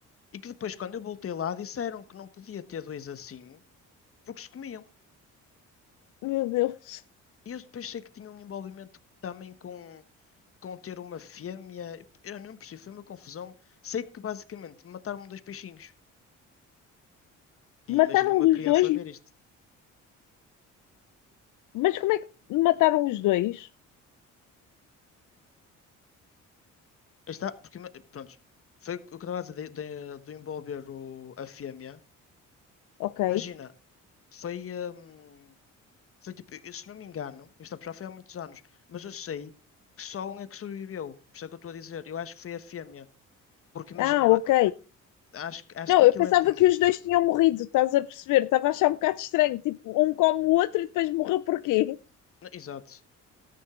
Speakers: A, on the left (about 45°); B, on the left (about 75°).
A: e que depois, quando eu voltei lá, disseram que não podia ter dois assim porque se comiam.
B: meu Deus.
A: E eu depois sei que tinha um envolvimento também com, com ter uma fêmea. Eu não percebi, foi uma confusão. Sei que basicamente mataram-me dois peixinhos. E
B: Mataram
A: imagina uma criança
B: os dois,
A: a ver isto.
B: mas como é que mataram os dois?
A: Está, porque, ima- pronto, foi o que eu estava a dizer de, de- de envolver o- a fêmea.
B: Ok.
A: Imagina, foi. hum, Foi tipo, eu, se não me engano, isto já foi há muitos anos, mas eu sei que só um é que sobreviveu. Por isso é que eu estou a dizer. Eu acho que foi a fêmea. Porque imagina,
B: Ah,
A: eu
B: ok.
A: a- acho, que- acho
B: Não,
A: que
B: eu
A: aquilo
B: pensava
A: é tipo.
B: que
A: hum,
B: os dois tinham morrido, estás a perceber? Estava a achar um bocado estranho. Tipo, um come o outro e depois morreu porquê?
A: não- Exato.